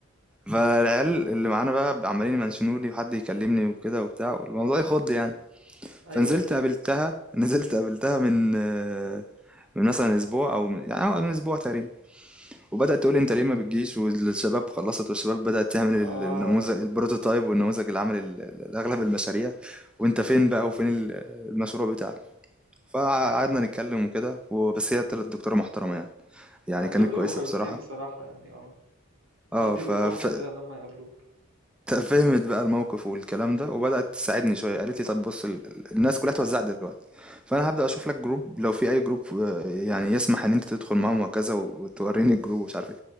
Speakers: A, in the centre; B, on the right.
A: فالعيال اللي معانا بقى عمالين يمنشنوا لي وحد يكلمني وكده وبتاع والموضوع يخض يعني
B: ايوه
A: فنزلت
B: اكيد
A: قابلتها نزلت قابلتها من آه، من مثلا اسبوع او من يعني آه، من اسبوع تقريبا وبدات تقول لي انت ليه ما بتجيش والشباب خلصت والشباب بدات تعمل
B: اه
A: ال- النموذج البروتوتايب والنموذج اللي عمل ال- ال- اغلب المشاريع وانت فين بقى وفين ال- المشروع بتاعك فقعدنا نتكلم وكده وبس هي طلعت دكتوره محترمه يعني يعني
B: يعني
A: كانت
B: دول بيبقوا
A: كويسه
B: كويسين
A: بصراحه
B: بصراحة يعني اه
A: اه
B: دول بيبقوا
A: ف...
B: فرصة
A: ف...
B: كده ان هم يقابلوك
A: فهمت بقى الموقف والكلام ده وبدأت تساعدني شوية قالت لي طب بص ال- ال- الناس كلها اتوزعت دلوقتي فأنا هبدأ أشوف لك جروب لو في أي جروب آه، يعني يسمح إن أنت تدخل معاهم وكذا وتوريني الجروب ومش عارف إيه